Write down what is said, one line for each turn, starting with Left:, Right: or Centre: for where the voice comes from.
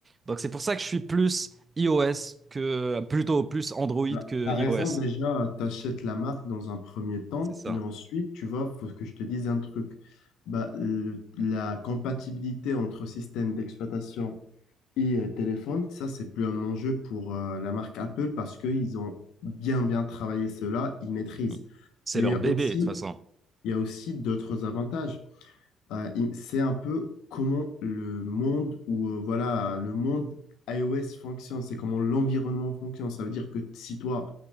Right: Donc c'est pour ça que je suis plus iOS que, plutôt plus Android
Left: Voilà.
Right: que
Left: T'as
Right: iOS.
Left: raison, déjà, tu achètes la marque dans un premier temps,
Right: C'est ça.
Left: mais ensuite, tu vois, faut que je te dise un truc. Bah, le- la compatibilité entre système d'exploitation Et euh, téléphone, ça, c'est plus un enjeu pour euh, la marque Apple parce qu'ils ont bien, bien travaillé cela, ils maîtrisent.
Right: Mm. C'est
Left: Mais
Right: leur
Left: il y a
Right: bébé,
Left: aussi,
Right: de toute façon.
Left: il y a aussi d'autres avantages. Euh, il- c'est un peu comment le monde ou euh, voilà, le monde iOS fonctionne, c'est comment l'environnement fonctionne. Ça veut dire que si toi,